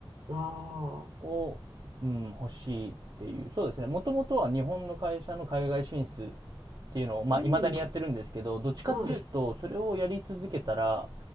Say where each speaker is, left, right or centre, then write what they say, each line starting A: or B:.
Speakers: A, on the right; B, on the right.
A: わあ。
B: を、うん、欲しいっていう。そうですね。もともとは日本の会社の海外進出っていうのを、まあ、
A: うん。
B: 未だにやってるんですけど、どっちかっていうと、
A: はい。
B: それをやり続けたら、